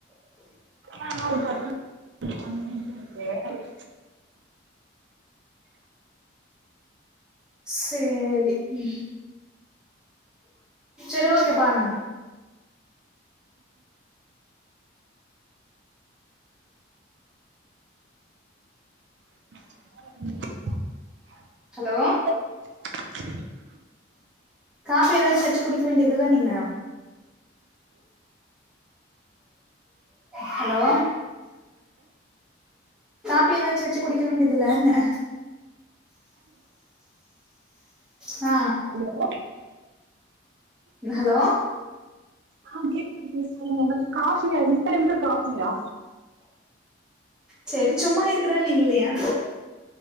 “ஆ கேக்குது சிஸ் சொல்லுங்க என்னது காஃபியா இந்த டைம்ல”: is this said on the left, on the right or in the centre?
Right